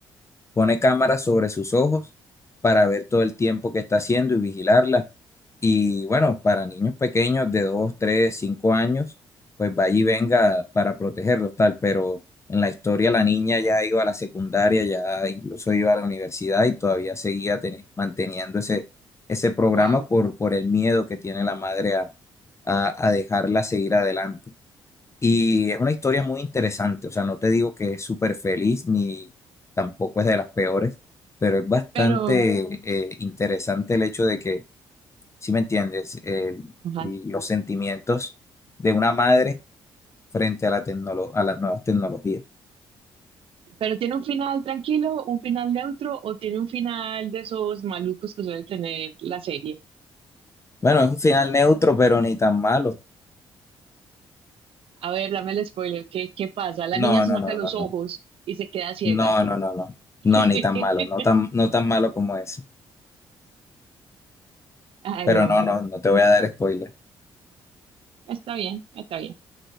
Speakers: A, on the left; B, on the right.
A: Pone cámaras sobre sus ojos para ver todo el tiempo que está haciendo y vigilarla y bueno, para niños pequeños de 2 3 5 años, pues vaya y venga para protegerlos, tal. Pero en la historia la niña ya iba a la secundaria, ya incluso iba a la universidad y todavía seguía teni- manteniendo ese, ese programa
B: Wow.
A: por, por el miedo que tiene la madre a, a, a dejarla seguir adelante. Y es una historia muy interesante, o sea, no te digo que es súper feliz ni tampoco es de las peores, pero es bastante
B: Pero,
A: eh, interesante el hecho de que si me entiendes? El-
B: ajá.
A: y los sentimientos de una madre frente a la tecnolo- a las nuevas tecnologías.
B: Pero tiene un final tranquilo, un final neutro o tiene un final de esos malucos que suele tener la serie.
A: Bueno, es un final neutro, pero ni tan malo.
B: A ver, dame el spoiler, ¿qué, qué pasa? La
A: No,
B: niña se
A: no,
B: saca
A: no,
B: los
A: no, no.
B: ojos y se queda ciega.
A: No, no, no, no.
B: <laughs>
A: No, ni tan malo, no tan, no tan malo como eso.
B: Ay,
A: Pero
B: hombre,
A: no, no, no te voy a dar spoiler.
B: está bien, está bien.